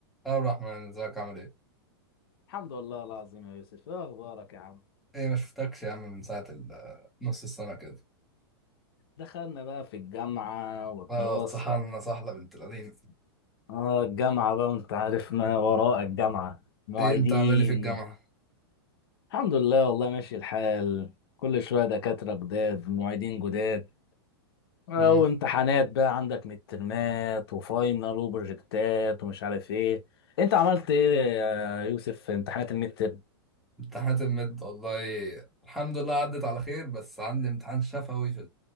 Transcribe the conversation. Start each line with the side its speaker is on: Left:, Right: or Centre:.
Centre: اه عبد الرحمن ازيك عامل ايه؟
Left: الحمد لله العظيم يا يوسف ايه اخبارك يا عم
Centre: ايه ما شفتكش يا عم من ساعة ال- نص السنة كده
Left: دخلنا بقى في الجامعة والدراسة
Centre: اه اتسحلنا سحلة بنت لذينة
Left: اه الجامعة بقى وانت عارف ما وراء الجامعة معيدين
Centre: ايه انت عامل ايه في الجامعة؟
Left: الحمد لله والله ماشي الحال كل شوية دكاترة جداد معيدين جداد اه
Centre: امم
Left: وامتحانات بقى عندك مترمات وفاينل وبروجكتات ومش عارف ايه انت عملت ايه يا يوسف في امتحانات المتر
Centre: امتحانات المد والله الحمد لله عدت على خير بس عندي امتحان شفوي في